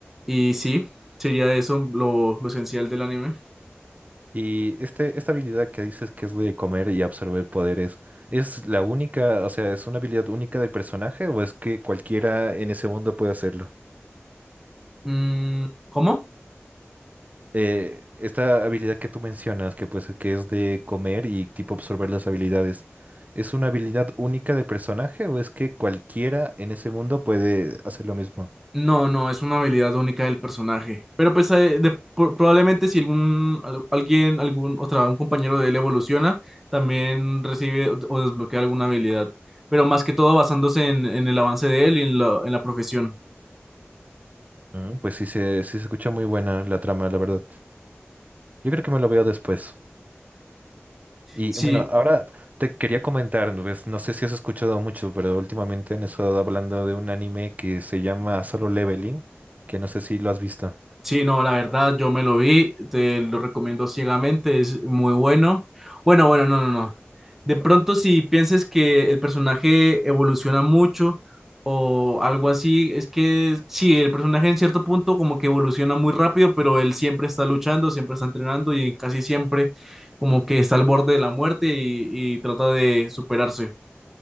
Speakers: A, in the centre; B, on the right.
A: Y sí, sería eso lo, lo esencial del anime.
B: Y este, esta habilidad que dices que es de comer y absorber poderes, ¿es la única, o sea, es una habilidad única del personaje o es que cualquiera en ese mundo puede hacerlo?
A: Mm, ¿cómo?
B: eh, esta habilidad que tú mencionas, que pues que es de comer y tipo absorber las habilidades, ¿es una habilidad única del personaje o es que cualquiera en ese mundo puede hacer lo mismo?
A: No, no, es una habilidad única del personaje. Pero pues eh, de- por- probablemente si algún, al- alguien, algún otra, un compañero de él evoluciona, también recibe o, o desbloquea alguna habilidad. Pero más que todo basándose en, en el avance de él y en la, en la profesión.
B: Mm, pues sí se, sí se escucha muy buena la trama, la verdad. Yo creo que me lo veo después. Y
A: Sí,
B: bueno, ahora te quería comentar, pues, no sé si has escuchado mucho, pero últimamente han estado hablando de un anime que se llama Solo Leveling, que no sé si lo has visto.
A: Sí, no, la verdad, yo me lo vi, te lo recomiendo ciegamente, es muy bueno. Bueno, bueno, no, no, no. De pronto, si piensas que el personaje evoluciona mucho o algo así, es que sí, el personaje en cierto punto como que evoluciona muy rápido, pero él siempre está luchando, siempre está entrenando y casi siempre como que está al borde de la muerte y, y trata de superarse.